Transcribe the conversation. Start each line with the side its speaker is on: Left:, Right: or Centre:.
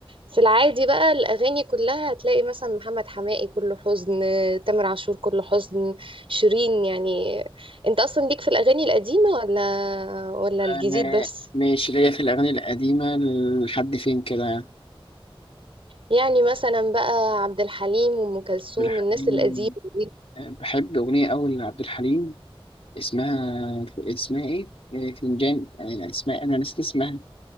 Right: في العادي بقى الاغاني كلها هتلاقي مثلا محمد حماقي كله حزن تامر عاشور كله حزن شيرين يعني انت اصلا ليك في الاغاني القديمة ولا ولا الجديد
Left: أنا
Right: بس
Left: ماشي ليا في الأغاني القديمة لحد فين كده يعني.
Right: يعني مثلا بقى عبد الحليم وام كلثوم
Left: عبد الحليم
Right: الناس القديمة دي
Left: بحب أغنية أوي لعبد الحليم اسمها اسمها إيه؟ آه، فنجان آه، اسمها أنا نسيت اسمها